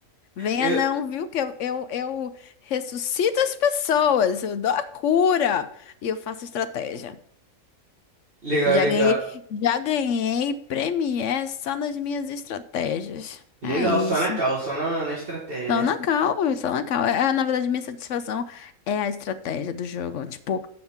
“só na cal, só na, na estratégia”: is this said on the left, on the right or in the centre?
Right